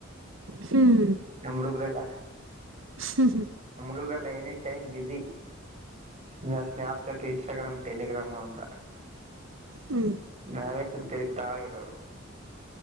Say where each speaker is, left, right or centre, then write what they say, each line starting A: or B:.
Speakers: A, on the right; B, on the right.
A: ಹ್ಮ್
B: ನಮ್ ಹುಡುಗ್ರೆಲ್ಲಾ
A: ಹ್ಮ್ ಹ್ಮ್
B: ಅಂದ್ರಲ್ಲ ಎನಿ ಟೈಮ ಬಿಜಿ ಯ ಸ್ನ್ಯಾಪ್ ಚಾರ್ಟ್ ಇನ್ಸ್ಟಾಗ್ರಾಮ ಟೆಲಿಗ್ರಾಂ ಅಂತ
A: ಹ್ಮ್
B: ನಾವೇ ಸುಮ್ಮನ್ ತಿರುಗ್ತಾ ಇರೋರು